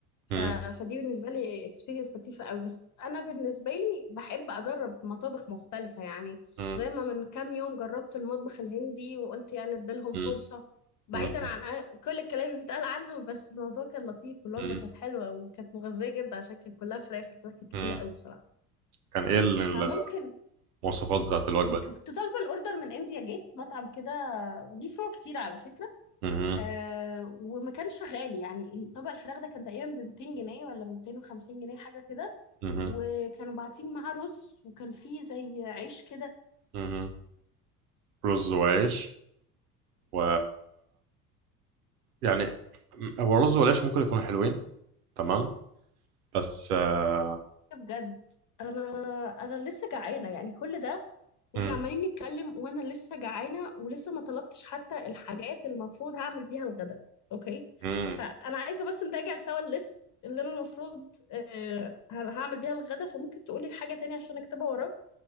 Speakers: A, on the left; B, on the right.
A: ف...
B: مم.
A: فدي بالنسبه لي اكسبيرينس لطيفه قوي بس انا بالنسبه لي بحب اجرب مطابخ مختلفه يعني
B: مم.
A: زي ما من كام يوم جربت المطبخ الهندي وقلت يعني اديلهم
B: مم.
A: فرصه بعيدا
B: مم.
A: عن أ- كل الكلام اللي بيتقال عنهم بس الموضوع كان لطيف والوجبه
B: مم.
A: كانت حلوه وكانت مغذيه جدا عشان كانت كلها فراخ الفراخ كانت كتير
B: مم.
A: قوي بصراحه
B: كان ايه ال-
A: فممكن
B: المواصفات بتاعت الوجبة دي
A: كنت طالبه الاوردر من انديا جيت مطعم كده ليه فروع كتير على فكره
B: مم.
A: آه وما كانش غالي يعني طبق الفراخ ده كان تقريبا ب 200 جنيه ولا ب 250 جنيه حاجه كده
B: مم.
A: وكانوا باعتين معاه رز وكان فيه زي عيش كده
B: مم. رز وعيش و يعني هو الرز والعيش ممكن يكونوا حلوين تمام بس آه،
A: بجد انا انا لسه جعانه يعني كل ده واحنا
B: مم.
A: عمالين نتكلم وانا لسه جعانه ولسه ما طلبتش حتى الحاجات اللي المفروض هعمل بيها الغدا اوكي
B: مم.
A: فانا عايزه بس نراجع سوا الليست اللي انا المفروض آه هعمل بيها الغدا فممكن تقولي الحاجه تانية عشان اكتبها وراك